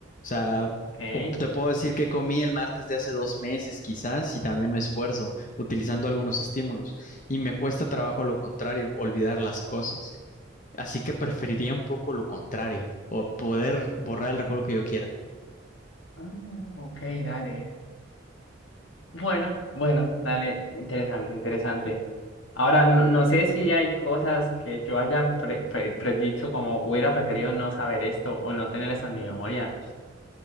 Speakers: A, on the left (about 45°); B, on the left (about 85°).
A: sea,
B: ok.
A: o te puedo decir que comí el martes de hace dos meses, quizás, si también me esfuerzo, utilizando algunos estímulos. Y me cuesta trabajo lo contrario, olvidar las cosas. Así que preferiría un poco lo contrario, o poder borrar el recuerdo que yo quiera.
B: Ah, ok, dale. Bueno, bueno, dale, interesante, interesante. Ahora, no, no sé si hay cosas que yo haya pre- pre- predicho como hubiera preferido no saber esto o no tener eso en mi memoria.